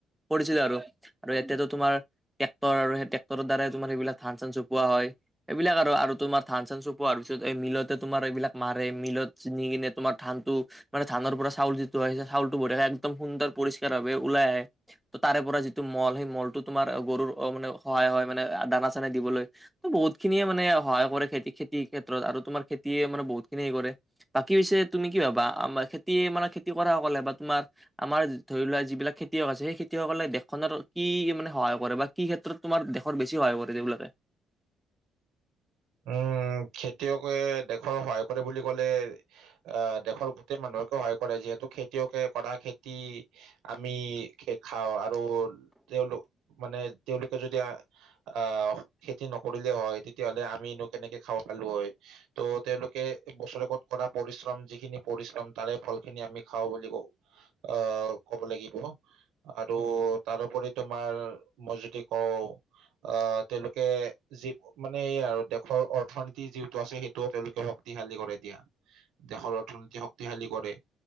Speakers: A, in the centre; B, on the right.
A: কৰিছিলো আৰু আৰু ইয়াতো তোমাৰ ট্ৰেক্টৰ আৰু সেই ট্ৰেক্টৰ দ্বাৰাই তোমাৰ সেইবিলাক ধান চান চপোৱা হয়। এইবিলাক আৰু তোমাৰ ধান চান চপোৱাৰ পিছত এই মিলতে তোমাৰ এইবিলাক মাৰে মিলত চিনি কিনে তোমাৰ ধানটো। মানে ধানৰ পৰা চাউল যিটো হয় চাউলটো ভৰি একদম সুন্দৰ পৰিষ্কাৰ ভাৱে ওলাই আহে। ত তাৰে পৰা যিটো মল সেই মলটো তোমাৰ গৰুৰ মানে সহায় হয় মানে দানা চানা দিবলৈ। বহুত খিনিয়ে মানে সহায় কৰে খেতি খেতিৰ ক্ষেত্ৰত আৰু তোমাৰ খেতিয়ে মানে বহুত খিনিয় হে কৰে। বাকী হৈছে তুমি কি ভাবা আমাৰ খেতি মানে খেতি কৰা সকলে বা তোমাৰ। আমাৰ ধৰি লোৱা যিবিলাক খেতিয়ক আছে সেই খেতিয়সকলে দেশখনত কি মানে সহায় কৰে বা? কি ক্ষেত্ৰত তোমাৰ দেশৰ‌ বেছি সহায় কৰে সেই বিলাকে?
B: উম খেতিয়কে দেশৰ সহায় কৰে বুলি ক'লে? আহ দেশৰ গোটেই মানুহকেও সহায় কৰে যিহেতু খেতিয়কে কৰা খেতি। আমি খেত খাওঁ আৰু তেওঁলোক মানে তেওঁলোকে যদি আহ খেতি নকৰিলে হয় তেতিয়াহলে। আমিনো কেনেকে খাব পালো হয়? ত' তেওঁলোকে বছৰেকত কৰা পৰিশ্ৰম যিখিনি পৰিশ্ৰম তাৰে ফল খিনি আমি খাওঁ বুলি কওঁ। অ ক'ব লাগিব। আৰু তাৰোপৰি তোমাৰ মই যদি কওঁ। অ তেওঁলোকে যি মানে এই আৰু দেশৰ অৰ্থনীতি যিটো আছে সেইটোও তেওঁলোকে শক্তিশালী কৰি এতিয়া। দেশৰ অৰ্থনীতি শক্তিশালী কৰে।